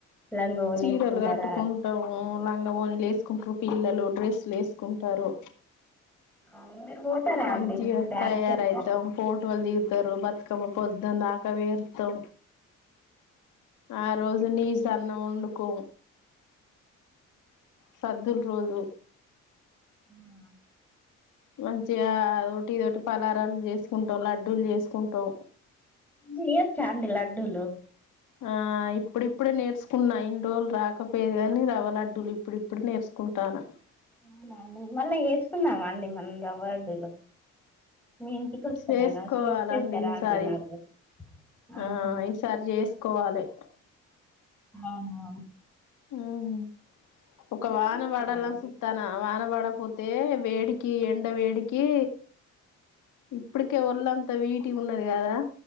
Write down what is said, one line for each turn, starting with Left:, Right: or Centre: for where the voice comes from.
Centre: లంగాఓని
Left: చీరలు
Centre: వేసుకుంటారా
Left: కట్టుకుంటాము లంగ ఓన్లు వేసుకుంట్రూ పిల్లలు డ్రెస్లు ఏస్కుంటారు
Centre: అవున్ మీరు పోతారా
Left: మంచిగ
Centre: అండి మీరు డాన్స్
Left: తయారయితం
Centre: చేస్తారా
Left: ఫోటోలు దిగుతారు బతుకమ్ పొద్దున్ దాకా వేరుతం ఆ రోజు నీ సన్న ఒండుకో సద్దుల్ రోజు
Centre: అవునా
Left: మంచిగాదోటి ఇదోటి పలారాలు చేసుకుంటాం లడ్డూలు చేసుకుంటాం
Centre: చేయచ్చాండి లడ్డూలు
Left: ఆ ఇప్పుడిప్పుడే నేర్సుకున్నా ఇన్ని రోజులు రాకపోయేది కాని రవ్వ లడ్డులు ఇప్పుడు ఇప్పుడే నేర్స్ కుంటానా
Centre: అవునా అండి మళ్ళా ఏసుకున్నామాండి మనం రవార్డులు మీ ఇంటికొస్తా
Left: చేసుకోవాలండి
Centre: నేను చేసి పెడతారా
Left: ఈసారి
Centre: అండి నాకు ఆహా
Left: ఆ ఈసారి చేస్కోవాలి
Centre: <unintelligible>
Left: మ్మ్ ఒక
Centre: ఎట్ల
Left: వానపడలాని
Centre: చెత్తరాండి
Left: సుతానా వానవాడ పోతే వేడికి ఎండ వేడికి ఇప్పటికే ఒళ్ళంతా వీటికి ఉన్నది కదా